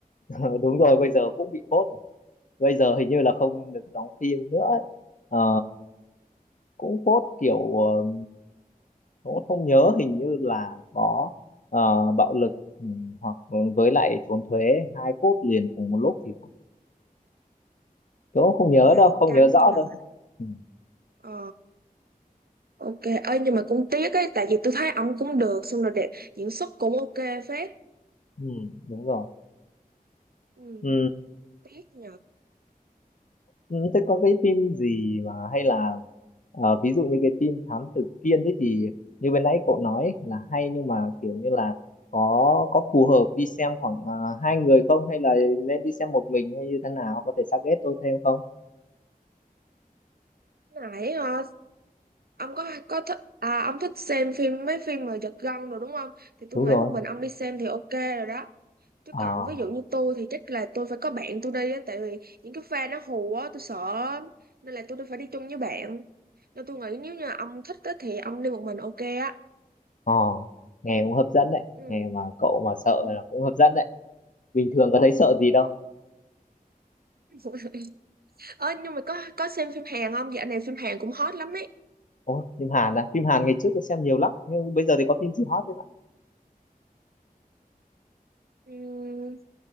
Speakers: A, on the left; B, on the right.
A: <laughs> đúng rồi bây giờ cũng bị phốt bây giờ hình như là không được đóng phim nữa ấy. Ờ, cũng phốt kiểu ờ, cũng không nhớ hình như là có ờ, bạo lực ừ, hoặc với lại trốn thuế hai phút liền cùng một lúc thì phải. Tôi cũng không nhớ
B: Hoài
A: đâu không
B: căng
A: nhớ rõ
B: nhờ
A: đâu ừ,
B: ờ, ok ơi nhưng mà cũng tiếc ấy tại vì tôi thấy ông cũng được xong rồi đẹp diễn xuất cũng ok phết
A: ừ, đúng rồi
B: ừ.
A: ừ,
B: tiếc nhờ
A: Ừ, thế có cái phim gì mà hay là ờ, ví dụ như cái phim Thám Tử Kiên đấy thì như bên nãy cậu nói là hay nhưng mà kiểu như là có có phù hợp đi xem khoảng ờ, hai người không hay là nên đi xem một mình hay như thế nào có thể suggest tôi thêm không?
B: nãy ờ, ông có có thích à ông thích xem phim mấy phim mà giật gân rồi đúng không thì tôi
A: Đúng
B: nghĩ
A: rồi.
B: một mình ông đi xem thì ok rồi đó Chứ
A: Ờ,
B: còn ví dụ như tôi thì chắc là tôi phải có bạn tôi đi á, tại vì những cái pha nó hù á, tôi sợ lắm. Nên là tôi phải đi chung với bạn. Nên tôi nghĩ nếu như ông thích á, thì ông đi một mình ok á.
A: ờ, nghe cũng hấp dẫn đấy.
B: Ừ.
A: Nghe mà cậu mà sợ
B: Ừ.
A: là cũng hấp dẫn đấy. Bình thường có thấy sợ gì đâu.
B: <laughs> Ơ nhưng mà có có xem phim Hàn không? Dạo này phim Hàn cũng hot lắm ấy.
A: Ồ, phim Hàn à? Phim Hàn ngày trước tôi xem nhiều lắm. Nhưng bây giờ thì có phim gì hot
B: Ừm,